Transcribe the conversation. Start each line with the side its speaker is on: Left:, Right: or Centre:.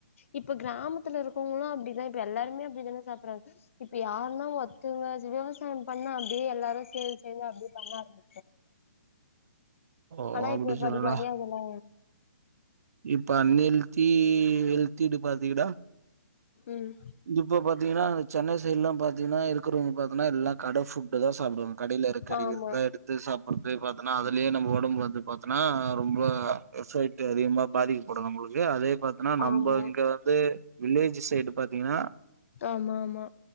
Left: இப்ப கிராமத்துல இருக்கவங்களு அப்டிதா இப்ப எல்லாருமே அப்டித்தான சாப்டுறாங்க இப்ப யாருன்னா ஒத்தங்க விவசாய பண்ணா அப்டியே எல்லாரு சேந் சேந் அப்டியே பண்ணா ஆரம்
Right: ஓ
Left: ஆனா இப்ப
Right: சொல்றடா
Left: அப்டி கிடையாதுல்ல
Right: இப்ப அன் ஹெல்த்தி ஹெல்த்தினு பாத்திங்கனா
Left: ம்
Right: இப்ப பாத் ங்கன்னா சென்னை சைட்லா பாத்தீங்கன்னா இருக்கிறவங்க பாத்தங்கன்னா எல்லா கட ஃபுட்டு தா சாப்டுவாங்க கடைல இருக்குற கறிகள்
Left: ஆமா
Right: தா எடுத் து சாப்டுறது பாத்தனா அதுலே நம்ம உடம்பு வந்து பாத்தனா ரொம்ப எஃபெக்ட் அதிகமா பாதிக்கப்படு நம்பளுக்கு அதே பாத் ஏனா நம்ம
Left: ஆமா
Right: இங்க வந்து வில்லேஜ் சைடு பாத்தீங்கன்னா
Left: ஆமா ஆமா